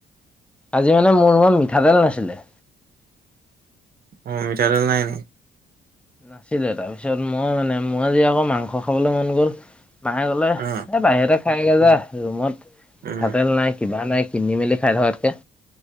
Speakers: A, in the centre; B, on the right.
A: আজি মানে মোৰ লগত মিঠাতেল নাছিলে।
B: উম মিঠাতেল নাই নি।
A: নাছিলে তাৰপিছত মই মানে মই আজি আকৌ মাংস খাবলৈ মন গ'ল। মায়ে ক'লে
B: অ
A: এ বাহিৰতে খায় আহগে
B: উম
A: যা ৰুমত
B: উম
A: মিঠাতেল নাই। কিবা নাই কিনি মেলি খাই থকাতকে।